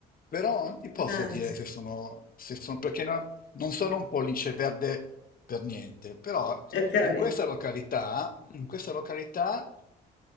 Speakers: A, on the left; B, on the left.
A: Però non
B: può
A: ti posso
B: darsi.
A: dire se sono, se sono perché non, non sono un pollice verde per niente, però
B: Ho capito.
A: in questa località in questa località